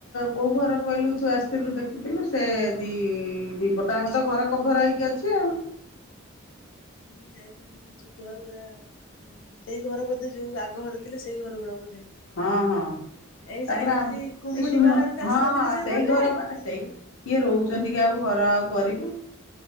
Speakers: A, on the left; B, on the left.
A: କୋଉ ଘର କହିଲୁ ତୁ ଆସିଥିଲୁ ଦେଖିଥିଲୁ ସେ ଦି ଦି ପଟ ଆଙ୍କ ତ ଘର। କଭର ହେଇକି ଅଛି ଆଉ।
B: ମୁଁ ଯାଇଥିଲି ସେଠି ଘର ଗୁଡା। ହୁଁ ସେଇ ଘର ବୋଧେ ଯୋଉ ଆଗ ଘର ଥିଲା ସେଇ ଘର ଗୁଡାକ ବୋଧେ।
A: ହଁ ହଁ
B: ଏଇ
A: ତାପରେ
B: ଯାଇନଥିଲି
A: ଆମ
B: କୁମୁନି
A: ଏଇ ସୁଣୁନ
B: ବାହାରକୁ ଆସିନଥିଲେ
A: ହଁ ହଁ
B: ସେଇପଟରେ?
A: ସେଇ ଘର ବା ସେଇ। କିଏ ରହୁଛନ୍ତି କି ଆଉ ଘର ଆଉ କରିବୁ।